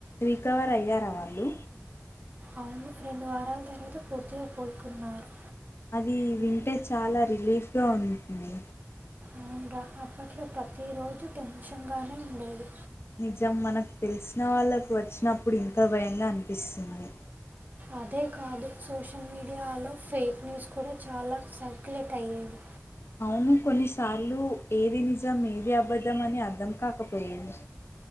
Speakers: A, on the left; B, on the right.
A: రికవర్ అయ్యార వాళ్ళు
B: అవును ఫ్రెండు రెండు వారాల తర్వాత పూర్తిగా కోలుకున్నారు
A: అది వింటే చాల రిలీఫ్గా ఉంటుంది
B: అవున్రా అప్పట్లో ప్రతి రోజు టెన్షన్ గానే ఉండేది
A: నిజం మనకు తెలిసిన వాళ్ళకు వచ్చినప్పుడు ఇంకా భయంగా అనిపిస్తుంది
B: అదే కాదు సోషల్ మీడియాలో ఫేక్ న్యూస్ కూడ చాల సర్క్యులేట్ అయ్యేవి
A: అవును కొన్నిసార్లు ఏది నిజం ఏది అబద్ధం అని అర్థం కాకపోయేది